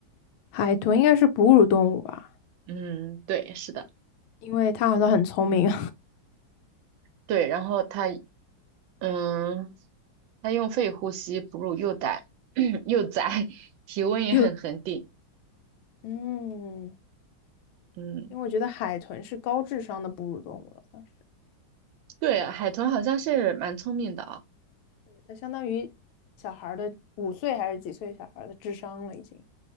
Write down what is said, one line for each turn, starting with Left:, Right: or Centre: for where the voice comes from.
Left: 海豚应该是哺乳动物吧，
Right: 嗯，对，是的，
Left: 因为它好像很聪明，
Right: 对。然后它，嗯，它用肺呼吸，哺乳幼崽，<clears throat> 幼崽，体温也很恒定。
Left: <laughs> 又嗯，
Right: 嗯，
Left: 因为我觉得海豚是高智商的哺乳动物了，算是
Right: 对，海豚好像是蛮聪明的啊。
Left: 它相当于小孩儿的五岁还是几岁小孩儿的智商了已经。